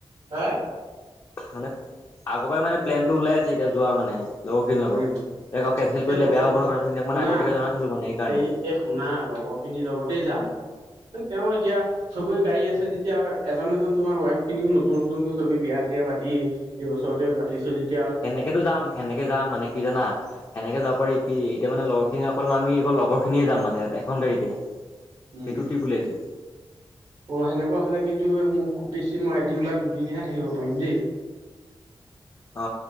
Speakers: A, on the right; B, on the left.
A: হা।
B: মানে আগৰ পৰাই মানে প্লেন টো ওলাই আছে এতিয়া যোৱা মানে। লগৰ খিনি লগত,
A: উম
B: আকৌ কেঞ্চেল
A: এতিয়া
B: কৰিলে
A: লগৰ
B: বয়া হ'ব ন কথা
A: শুনা
B: মানে আগতিয়াকে জনাই থলো মানে সেইকাৰণে।
A: এই এই শুনা লগৰ খিনিৰ লগতে যাম, তেওঁ এতিয়া- চবে গাড়ী আছে যেতিয়া এজন এজন তোমাৰ ৱাইফ খিনিও নতুন নতুনকৈ চবেই বিয়া চিয়া পাতি- এই বছৰতে পাতিছো যেতিয়া আৰু।
B: সেনেকে যাম সেনেকে যাম মানে কি জানা। সেনেকে যাব পাৰি কি এতিয়া মানে লগৰ খিনি অকল আমি লগৰ খিনিয়ে যাম মানে এখন গাড়ীতে।
A: উম।
B: সেইটোতে বুলিয়ে ভাবিছোঁ।
A: অ সেনেকুৱা হলে কিন্তু মোক খুব বেছি মই এদিন বা দুদিনহে থাকিব পাৰিম দেই। <unintelligible>
B: অ